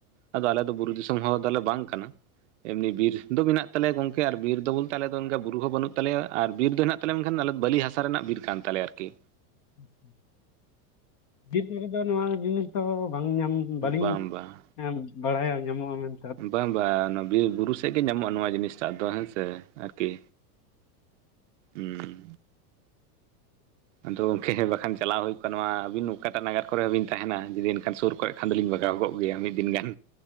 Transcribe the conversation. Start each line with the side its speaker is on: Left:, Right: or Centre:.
Right: ᱟᱫᱚ ᱟᱞᱮ ᱫᱚ ᱵᱩᱨᱩ ᱫᱤᱥᱚᱢ ᱦᱚᱲ ᱫᱚᱞᱮ ᱵᱟᱝ ᱠᱟᱱᱟ ᱮᱢᱱᱤ ᱵᱤᱨ ᱫᱚ ᱢᱮᱱᱟᱜ ᱛᱟᱞᱮᱭᱟ ᱜᱚᱝᱠᱮ ᱟᱨ ᱵᱤᱨ ᱫᱚ ᱵᱚᱞᱛᱮ ᱟᱞᱮ ᱫᱚ ᱚᱱᱠᱟ ᱵᱩᱨᱩ ᱦᱚᱸ ᱵᱟᱹᱱᱩᱜ ᱛᱟᱞᱮᱭᱟ ᱟᱨ ᱵᱤᱨ ᱫᱚ ᱦᱮᱱᱟᱜ ᱛᱟᱞᱮᱭᱟ ᱢᱮᱱᱠᱷᱟᱱ ᱟᱞᱮ ᱵᱟᱹᱞᱤ ᱦᱟᱥᱟ ᱨᱮᱱᱟᱜ ᱵᱤᱨ ᱠᱟᱱ ᱛᱟᱞᱮ ᱟᱨᱠᱤ
Left: <inaudible> ᱵᱤᱨ <unintelligible> ᱨᱮ ᱫᱚ ᱱᱚᱣᱟ ᱡᱤᱱᱤᱥ ᱫᱚ ᱵᱟᱝ ᱧᱟᱢ ᱵᱟᱹᱞᱤᱧ
Right: ᱵᱟᱝ ᱵᱟᱝ
Left: ᱮᱢ ᱵᱟᱲᱟᱭᱟ ᱧᱟᱢᱚᱜᱼᱟ ᱢᱮᱱ
Right: ᱵᱟᱝ ᱵᱟᱝ ᱚᱱᱟ ᱵᱤᱨ ᱵᱩᱨᱩ ᱥᱮᱫ ᱜᱤ ᱧᱟᱢᱚᱜᱼᱟ ᱱᱚᱣᱟ ᱡᱤᱱᱤᱥᱴᱟᱜ ᱫᱚ ᱦᱮᱸ ᱥᱮ ᱟᱨᱠᱤ ᱦᱩᱸ ᱟᱫᱚ ᱜᱚᱝᱠᱮ ᱵᱟᱠᱷᱟᱱ ᱪᱟᱞᱟᱣ ᱦᱩᱭ ᱠᱚᱜ-ᱟ ᱱᱚᱣᱟ ᱟᱹᱵᱤᱱ ᱚᱠᱟᱴᱟᱜ ᱱᱟᱜᱟᱨ ᱠᱚᱨᱮ ᱦᱚᱸ ᱵᱤᱱ ᱛᱟᱦᱮᱱᱟ ᱡᱩᱫᱤ ᱮᱱᱠᱷᱟᱱ ᱥᱩᱨ ᱠᱚ ᱟᱫᱚᱞᱤᱧ ᱵᱷᱟᱜᱟᱣ ᱠᱚᱜ ᱜᱮᱭᱟ ᱢᱤᱫ ᱫᱤᱱ ᱜᱟᱱ